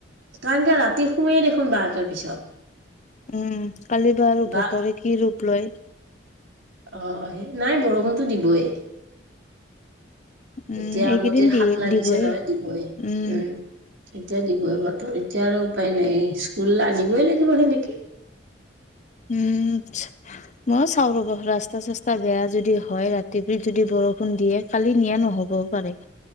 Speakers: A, on the right; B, on the left.
A: কান কে ৰা- তি শোৱেই দেখোন বাৰটাৰ পিছত
B: উম কালি তো আৰু
A: বা
B: বতৰে কি ৰূপ- লয়
A: অ নাই বৰষুণটো দিবই
B: উম,
A: এতিয়া আমটিৰ
B: এইকেইদিন দি
A: হাত লাগিছে
B: দিবয়ে।
A: নহয় দিবই
B: উম,
A: উম এতিয়া দিবই বতৰ এতিয়া আৰু উপায় নাই স্কুল আজি আহিবই লাগিব হেনেকেই
B: উম মই চাও ৰৱ ৰাস্তা চাস্তা বেয়া যদি হয় ৰাতিকি যদি বৰষুণ দিয়ে কালি নিয়া নহ'বও পাৰে